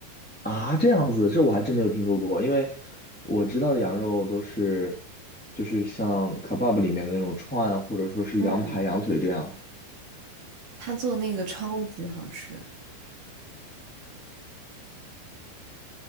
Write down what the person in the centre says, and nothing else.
啊，这样子，这我还真没有听说过，因为我知道的羊肉都是就是像 kebab 里面的那种串，或者说是羊排、
羊腿这样。